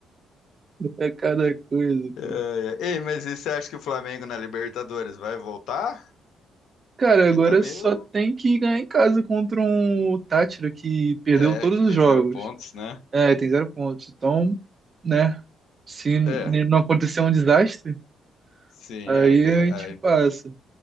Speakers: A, on the right; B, on the left.
A: É cada coisa,
B: É,
A: cara.
B: é. Ei, mas e você acha que o Flamengo na Libertadores vai voltar?
A: Cara,
B: Que
A: agora
B: tá meio.
A: só tem que ganhar em casa contra um Tátira que perdeu
B: É,
A: todos
B: que tem
A: os jogos.
B: zero pontos, né?
A: É, tem zero pontos. Então, né? Se n-
B: É,
A: não acontecer um desastre,
B: sim,
A: aí
B: é, a ideia.
A: a gente
B: a-
A: passa.